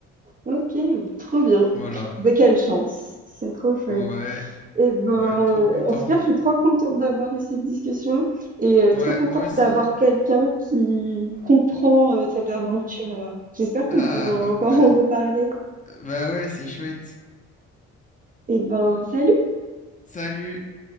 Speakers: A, on the right; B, on the left.
A: OK, trop bien.
B: Voilà.
A: Bah, quelle chance, c'est trop chouette.
B: Ouais,
A: Et ben,
B: ouais, trop content.
A: en tout cas, je suis trop contente d'avoir eu cette discussion et heu,
B: Ouais,
A: trop contente
B: moi aussi.
A: d'avoir quelqu'un qui comprend, heu, cette aventure-là. J'espère qu'on
B: Ah,
A: pourra encore
B: ah, ah, pas-
A: en reparler.
B: bah ouais, c'est chouette.
A: Et ben, salut!
B: Salut.